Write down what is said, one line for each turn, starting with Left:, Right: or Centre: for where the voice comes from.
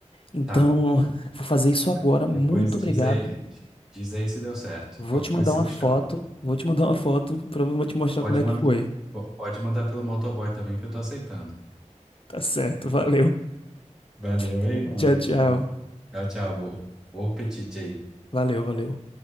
Left: Então,
Centre: Tá.
Left: <laughs> vou fazer isso agora.
Centre: Aí Depois
Left: Muito obrigado.
Centre: diz aí, diz aí se deu certo.
Left: Vou
Centre: Qualquer
Left: te
Centre: coisa
Left: mandar
Centre: você
Left: uma
Centre: me
Left: foto.
Centre: chama.
Left: Vou te mandar uma foto para te mostrar
Centre: Pode
Left: como é
Centre: mandar,
Left: que foi.
Centre: pode mandar pelo motoboy também que eu tô aceitando.
Left: Tá certo, valeu.
Centre: Valeu,
Left: <laughs>
Centre: hein, mano.
Left: Tchau, tchau.
Centre: Bom, tchau, tchau. Bo- Bom apetite aí.
Left: Valeu, valeu.